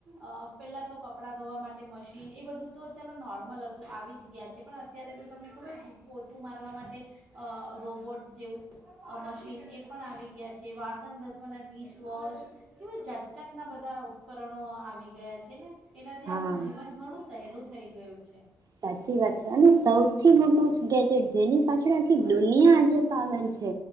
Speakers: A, on the right; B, on the right.
A: અ પહેલાં તો કપડાં ધોવા માટે મશીન એ બધું તો ચાલો નોર્મલ હતું આવી જ ગયા છે. પણ અત્યારે તો તમને ખબર પોતું મારવા માટે અ રોબોટ જેવું મશીન એ પણ આવી ગયા છે. વાસણ ઘસવાના ડિશવોશ એવા જાતજાતના બધા ઉપકરણો આવી ગયા છે. છે ને. એનાથી
B: હા
A: આપણું જીવન ઘણું સહેલું થઈ ગયું છે.
B: સાચી વાત છે અને સૌથી મોટો ગેજેટ જેની પાછળ આખી દુનિયા આજેે પાગલ છે